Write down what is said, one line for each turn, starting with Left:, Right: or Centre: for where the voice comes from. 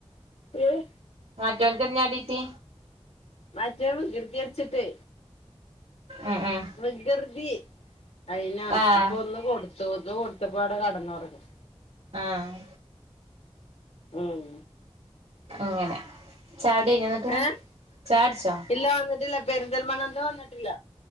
Left: ഏഹ്
Right: മറ്റവനക്ക് എന്ത്‌ന്നാ അടീട്ടി
Left: മറ്റേവൻ വികൃതികാണിച്ചിട്ട്
Right: ഉം ഉം
Left: വികൃതി അയ്നാണ്
Right: ആഹ്
Left: അപ്പൊ ഒന്ന് കൊടു തോർന്ന് കൊടുത്തപ്പാടെ കടന്നു ഒറങ്ങി
Right: ആഹ്
Left: ഉം
Right: അങ്ങനെ ചായ കുടി കഴിഞ്ഞോ എന്നിട്ട്
Left: ഏഹ്
Right: ചായകുടിച്ചാ
Left: ഇല്ല വന്നിട്ടില്ല പെരിന്തൽമണ്ണേന്ന് വന്നിട്ടില്ല